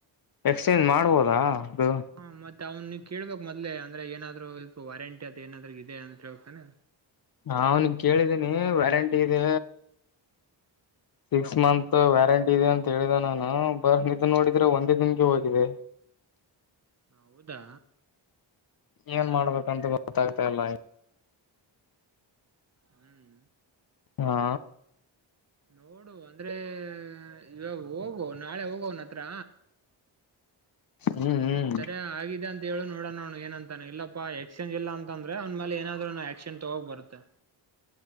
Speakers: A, on the left; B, on the right.
A: ಎಕ್ಸ್ಚೇಂಜ್ ಮಾಡ್ಬೋದಾ ಅದು
B: ಹಾ ಮತ್ತತ್ ಅವ್ ನೀ ಕೇಳಬೇಕ ಮೊದ್ ಅ್ರ ಏನಾದ್ರು ಇ ವಾರಂಟಿ ಅದ ಏನಾದ್ರೂ ಇ ಅಂತೇಳ್ಬೇಕಕ್ತಾನೆ
A: ಅವನ್ ಕೇಳಿದ್ದೀನಿ ವ್ಯಾರಂಟಿ ಇದೀ ಸಿಕ್ಸ್
B: ಹ್ಮ್
A: ಮಂತ್ ವ್ಯಾರಂಟಿ ಹೇಳಿದ ನಾನ ಬರ್ ನಿಿದ್ದ ನೋಡಿದ್ರೆ ಒಂದೇ ದಿನಗೆ ಹೋಗಿದೆ
B: ಹೌದಾ
A: ಏನ್ ಮಾಡ್ಬೇಕಂತ ಗೊತ್ತಾಗ್ತಾ ಇಲ್ಲ
B: ಹ್ಮ್
A: ಹಾ
B: ನೋಡು ಅಂದ್ರೆ ಇವ ಹೋಗುವ ನಾಳೆ ಹೋಗವನ ಹತ್ರ
A: ಹ್ಮ್ ಹ್ಮ್
B: ಈ ತರ ಆಗಿದೆ ಅಂತ ಹೇಳು ನೋಣೋ ಏನ ಅಂತ ಇಲ್ಲಪ್ಪ ಎಕ್ಸೆಜ ಇಲ್ಲ ಅಂದ್ರೆಂದ್ ಮೇ ಏನಾದ್ರುಕ್ಸೆಜ ತಗ್ ಬರುತ್ತೆ